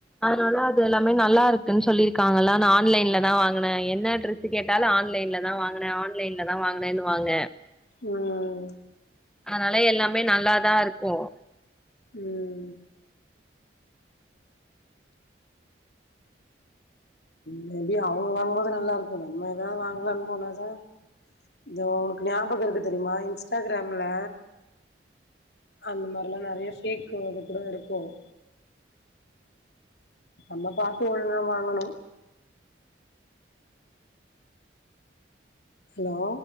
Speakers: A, in the centre; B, on the left.
A: அதுனால எல்லாமே நல்லா இருக்குன்னு சொல்லிருக்காங்க ஆன்லைன்ல தான் வாங்கின என்ன டிரஸ் கேட்டாலும் ஆன்லைன்ல தான் வாங்கின ஆன்லைன்லதான் வாங்கினேன்னு வாாங்க
B: உஹம்
A: அதனால எல்லாமே நல்லாதான் இருக்கும்
B: உம் மேபி அவங்க வாங்கும்போது நல்லா இருக்கும் நம்ம ஏதாவது வாங்கலாம்னு போனா சா இந்த உங்களுக்கு ஞாபகம் இருக்கு தெரியுமா இன்ஸ்டாகிராம்ல அந்த மாதிரிிலாம் நிறைய பேேக்கு அது கூட இருக்கும் நம்ம பாத்து ஒழுங்கான் வாங்கணும் ஹலோ